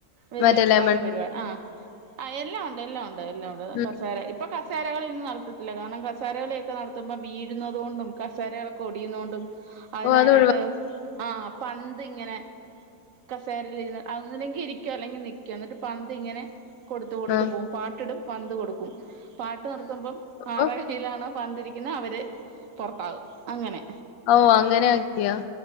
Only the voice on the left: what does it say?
മറ്റേ
ലെമൺ
ഉം
ഓ അത് ഒഴിവാ
ആഹ്
അപ്പൊ
ഓഹ് അങ്ങനെ ആക്കിയോ